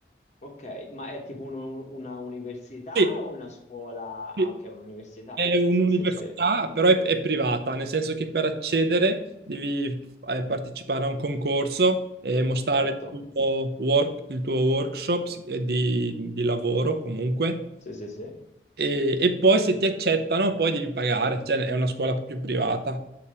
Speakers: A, on the left (about 40°); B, on the right (about 60°).
A: Ok, ma è tipo un- una università
B: Sì,
A: o una scuola?
B: sì.
A: Ah, ok, un'università.
B: È
A: Sì,
B: un'università,
A: sì, sì, sì,
B: però è, è privata, nel senso che per accedere devi eh, partecipare a un concorso e mostrare
A: certo.
B: il tuo, work- il tuo workshop si- eh, di, di lavoro comunque.
A: Sì, sì, sì.
B: E, e poi se ti accettano, poi devi pagare, cioè è una scuola più privata.